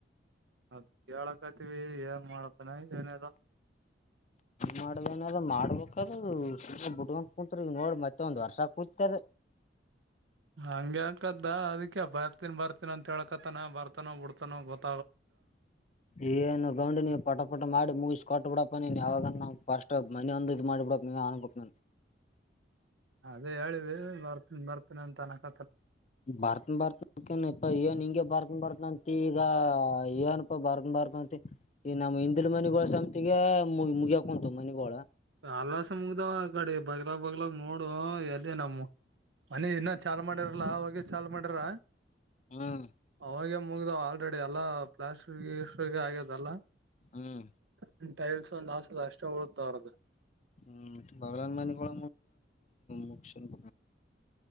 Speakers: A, on the right (about 75°); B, on the left (about 35°).
A: ಅದ ಕೇಳಕ್ತಿವಿ ಏನ್ ಮಾಡತಾನ ಏನಿಲ್ಲ
B: ಮಾಡದೇನದ್ ಮಾಡ್ಬೇಕದು ಸುಮ್ನೆ ಬಿಟ್ಕೊಂತ ಕುಂತ್ರ ನೋಡ್ ಮತ್ತೆ ಒಂದ್ ವರ್ಷಾಗ ಕೂತದ
A: <inaudible> ಹಂಗಗೆ ಅಕದ ಅದಕ ಬರ್ತಿನಿ ಬರ್ತೀನ ಅಂತ ಹೇಳಕತಾನ ಬರ್ತಾನೋ ಬಿಡ್ತಾನೋ ಗೊತ್ತ
B: ಏನು ಗೌಂಡಿನಿ ಪಟ ಟ್ಟ ಮಾಡಿ ಮೂಗಿಸಸ್ ಕೊಟ್ಟಟ್ ಬಿಡಪ್ಪ ನೀನ್ ಯಾವಾಗಫಸ್ಟ್ ಮನಿ ಒಂದ ಇ್ ಮಾಡಿಬ ಬಿಡಕ್ ನೀ ಅನ್ಬಬೇಕಕ್ ನ
A: ಅದೇ ಹೇಳಿವಿ ಬರ್ತನಿ ಬರ್ತೀನಿ ಅಂತನಕ
B: ಬರ್ತ ಬರ್ತಕೇನ್ ಇಪ ಏನ್ ಹಿಂಗಗೆ ಬರ್ತನ್ ಬರ್ತಂತ ಈಗ ಏನಪ ಬರ್ದ ಬರ್ತ ಮ ಈ ನಮ್ಮ್ ಹಿಂದಿಲು ಮನೆಿಗಳ ಸಮತಿಗೆ ಮುಗಿ ಮುಗಿಯಕೊಂಂತ ಮನೆಿಗಳು
A: ಅಲ್ಲಸ ಮುಗ್ದಾವ್ ಆ ಕಡೆ ಬಗ್ಲ ಬಗ್ಲ ನೋಡು ಎದೆೇ ನಮ್ಮ ಮನಿ ಇನ್ನ ಚಾ ಮಾಡಿರಲ್ಲ ಅವಾಗೆ ಚಾಲ್ ಮಾಡಿರ
B: ಹ್ಮ್
A: ಅವಾಗ ಮುಗಿದ ಆಲ್ರೆಡಿ ಎಲ್ಲ ಪ್ಲಾಸ್ಟಿ ಆಗ್ಯದಲ್ಲಾ
B: ಹ್ಮ್
A: <inaudible> ಟೈಲ್ಸ್ ಒಂದ ಆಸದ ಅಷ್ಟ ಳತರದು
B: ಹ್ಮ್ ಬಲನ್ ಮನೆಳ ಮುಕ್ಷನ್